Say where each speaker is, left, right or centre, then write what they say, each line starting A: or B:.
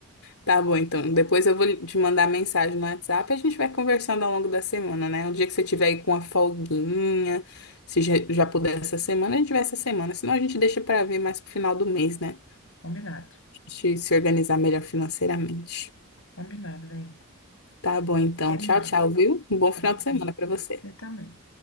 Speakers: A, on the left; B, on the left.
A: Tá bom, então. Depois eu vou te mandar mensagem no WhatsApp e a gente vai conversando ao longo da semana, né? O dia que você tiver aí com a folguinha, se já, já puder essa semana, a gente vai essa semana. Senão a gente deixa pra ver mais pro final do mês, né?
B: Combinado.
A: A gente se organizar melhor financeiramente.
B: Combinado, vem.
A: Tá bom, então.
B: Até
A: Tchau,
B: mais.
A: tchau, viu? Um bom
B: Tchau.
A: final de semana pra você.
B: Você também.